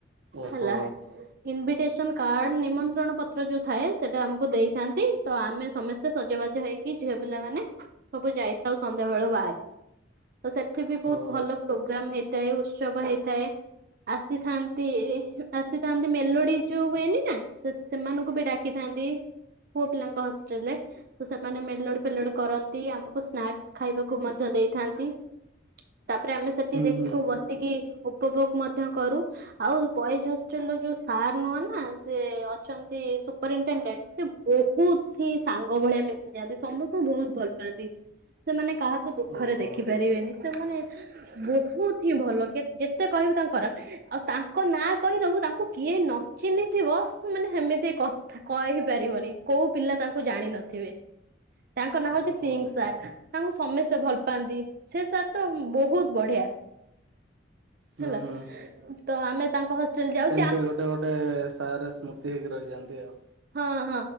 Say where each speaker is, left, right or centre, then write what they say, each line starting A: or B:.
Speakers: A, on the right; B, on the right.
A: ଓହୋ
B: ହେଲା। ଇନଭିଟେସନ କାର୍ଡ ନିମନ୍ତ୍ରଣ ପତ୍ର ଯୋଉ ଥାଏ ସେଟା ଆମକୁ ଦେଇଥାନ୍ତି। ତ ଆମେ ସମସ୍ତେ ସଜାବାଜ ହେଇକି ଝିଅ ପିଲାମାନୋନେ ସବୁ ଯାଇଥାଉ ସନ୍ଧ୍ୟା ବେଳୁ ବାହାରି। ତ ସେଠି ବି ବହୁତ
A: ଓହୋ
B: ଭଲ ପ୍ରୋଗ୍ରାମ ହେଇଥାଏ ଉତ୍ସବ ହେଇଥାଏ। ଆସିଥାନ୍ତି ଆସି ନ୍ତି ମେଲୋଡି ଯୋଉ ହୁଏନି ନା ସେ ସେମାନଙ୍କୁ ବି ଡାକିଥାନ୍ତି। ପୁଅ ପିଲାଙ୍କ ହଷ୍ଟେଲ ରେ ତ ସେମାନେ ମେଲଡି ପେଲଡି କରନ୍ତି ଆମକୁ ସ୍ନାକ୍ସ ଖାଇବାକୁ ମଧ୍ୟ ଦେଇଥାନ୍ତି। ତାପରେ ଆମେ ସେଠି
A: ହୁଁ
B: ଦେଖୁ
A: ହୁଁ
B: ବସିକି ଉପଭୋଗ ମଧ୍ୟ କରୁ ଆଉ ବୟଝ ଯୋଉ ସାର୍ ନୁହଁ ନା ସେ ଅଛନ୍ତି ସୁପରିଟେଣ୍ଡେଣ୍ଟ ସେ ବହୁ ବହୁଥି ସାଙ୍ଗ ଭଳିଆ ମିଶିଯାଆନ୍ତି ସମସ୍ତଙ୍କୁ ବହୁତ ଭଲ ପାଆନ୍ତି ସେମାନେ କାହାକୁ ଦୁଃଖରେ
A: ଓହୋ
B: ଦେଖି ପାରିବେନି ସେମାନେ ବହୁତ ହିଁ ଭଲ ଯେତେ କହିବୁ ତାଙ୍କ ଖରାପ ଆଉ ତାଙ୍କ ନାଁ କହିଦବୁ ତାଙ୍କୁ କିଏ ନଚିହ୍ନିଥିବ ସେ ମାନେ ହେମିତି କହି ପାରିବନି କୋଉ ପିଲା ତାଙ୍କୁ ଜାଣିନଥିବେ ତାଙ୍କ ନାଁ ହଉଛି
A: ଓହୋ।
B: ସିଂ ସାର୍। ତାଙ୍କୁ ସମସ୍ତେ ଭଲ ପାଆନ୍ତି ସେ ସାର୍ ତ ବହୁତ ବଢିଆ। ହେଲା
A: ହୁଁ ହୁଁ
B: ତ ଆମେ ତାଙ୍କ ହଷ୍ଟେଲ ଯାଉ।
A: ସେ ଗୋଟେ ଗୋଟେ ସାରରେ ସ୍ମୃତି ହେଇକି ରହିଯାଆନ୍ତି ଆଉ।
B: ହଁ ହଁ।